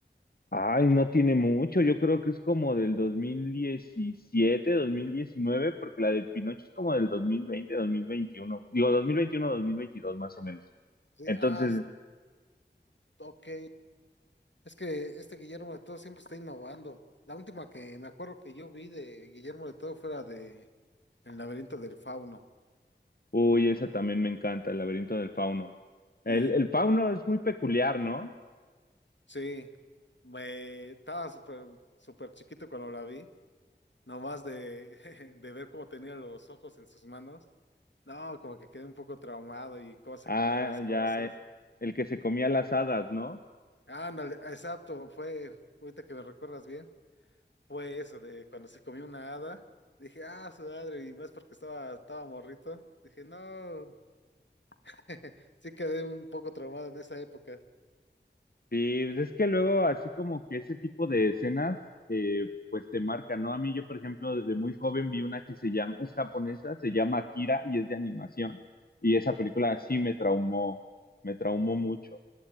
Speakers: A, on the left; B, on the left.
A: Ay, no tiene mucho, yo creo que es como del dos dos mil diecisiete, dos mil diecinueve, porque la del Pinocho es como del dos dos mil veinte, dos mil veintiuno, digo dos dos mil veintiuno, dos mil veintidós más o menos.
B: Sí,
A: Entonces,
B: ah, s- ok. Es que este Guillermo de Todo siempre está innovando. La última que me acuerdo que yo vi de Guillermo de Todo fue la de El laberinto del fauno.
A: Uy, esa también me encanta, el laberinto del fauno.
B: Y
A: El,
B: Ok.
A: el fauno es muy peculiar, ¿no?
B: sí, me estaba súper súper chiquito cuando la vi, nomás de, <laughs> de ver cómo tenía los ojos en sus manos. No, como que quedé un poco traumado y cómo se
A: Ah,
B: comía las cosas.
A: ya, eh, el que se comía las hadas, ¿no?
B: Ándale, exacto, fue ahorita que me recuerdas bien. fue eso, de cuando se comió una hada, dije, ah, su madre, y más porque estaba, estaba morrito, dije, no, <laughs> sí quedé un poco traumado en esa época.
A: Sí, pues es que luego así como que ese tipo de escenas, eh, pues te marcan, ¿no? A mí yo, por ejemplo, desde muy joven vi una que se llama, es japonesa, se llama Akira y es de animación. Y esa película sí me traumó, me traumó mucho.